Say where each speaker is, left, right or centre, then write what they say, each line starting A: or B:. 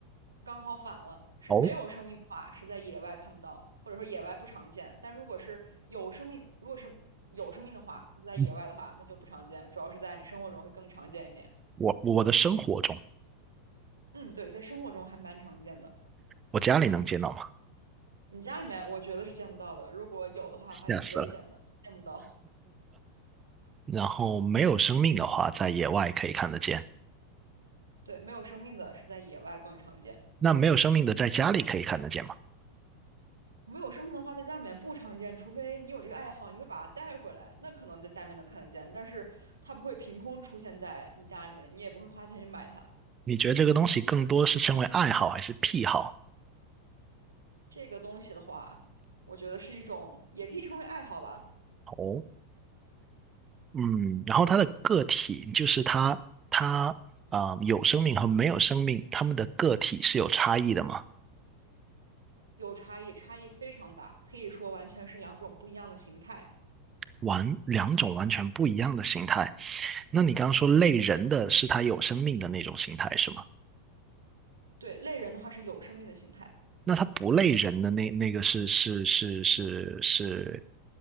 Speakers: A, on the right (about 75°); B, on the right (about 20°).
A: 刚好反了。是没有生命的话，
B: 哦，
A: 是在野外看不到，或者说野外不常见；但如果是有生命，如果是有生命的话，是在野外的话，
B: 嗯
A: 那就不常见，主要是在你生活中会更常见一点。
B: 我我的生活中，
A: 嗯，对，在生活中还蛮常见的。
B: 我家里能见到吗？
A: 你家里面我觉得是见不到的，如果有的话还挺危险的，
B: 吓死了。
A: 见不到。
B: 然后没有生命的话，在野外可以看得见。
A: 对，没有生命的是在野外更常见。
B: 那没有生命的在家里可以看得见吗？
A: 没有生命的话，在家里面不常见，除非你有这个爱好，你会把它带回来，那可能在家里面能看得见，但是它不会凭空出现在你家里面，你也不会花钱去买它。
B: 你觉得这个东西更多是称为爱好还是癖好？
A: 这个东西的话，我觉得是一种，也可以称为爱好吧，
B: 哦，嗯，然后它的个体就是它，它啊、呃有生命和没有生命，它们的个体是有差异的嘛？
A: 有差异，差异非常大，可以说完全是两种不一样的形态。
B: 完，两种完全不一样的形态。那你刚刚说类人的是它有生命的那种形态是吗？
A: 对，类人的话是有生命的形态，
B: 那它不类人的那那个是是是是是